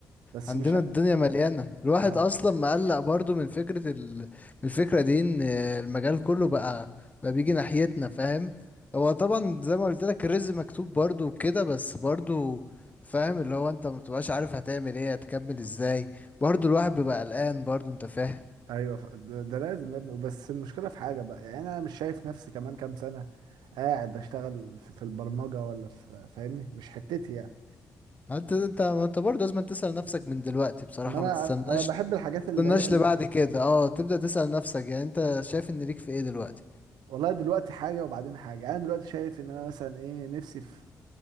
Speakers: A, on the right (about 85°); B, on the left (about 20°).
A: بس
B: عندنا
A: مش ه...
B: الدنيا مليانه الواحد
A: ه-
B: اصلا مقلق برضو من فكره ال... من الفكره دي ان المجال كله بقى بقى بيجي ناحيتنا فاهم هو طبعا زي ما قلت لك الرزق مكتوب برضو وكده بس برضو فاهم اللي هو انت ما بتبقاش عارف هتعمل ايه هتكمل ازاي برضو الواحد بيبقى قلقان برضو انت فاهم
A: أيوه ف- ده, ده لازم يا ابني بس المشكلة في حاجة بقى يعني أنا مش شايف نفسي كمان كام سنة قاعد بشتغل في, في البرمجة ولا في فاهمني مش حتتي يعني
B: انت انت ما انت برضو لازم تسأل نفسك من دلوقتي بصراحه
A: ما انا
B: ما تستناش
A: انا بحب الحاجات
B: ما تستناش
A: اللي هي ال-
B: لبعد كده اه تبدأ تسأل نفسك يعني انت شايف ان ليك في ايه دلوقتي
A: والله دلوقتي حاجه وبعدين حاجه يعني انا دلوقتي شايف ان انا مثلا ايه نفسي في